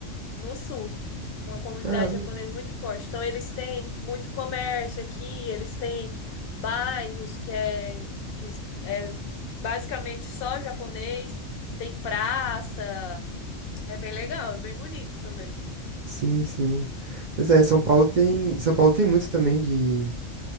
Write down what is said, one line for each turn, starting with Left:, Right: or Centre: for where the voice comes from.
Left: no sul. Uma comunidade
Right: Caramba.
Left: japonesa muito forte. Então, eles têm muito comércio aqui, eles têm bairros que é, que é basicamente só japonês, tem praça. É bem legal, é bem bonito também.
Right: Sim, sim. Pois é, São
Left: É
Right: Paulo
Left: bem-
Right: tem, São Paulo tem muitos também de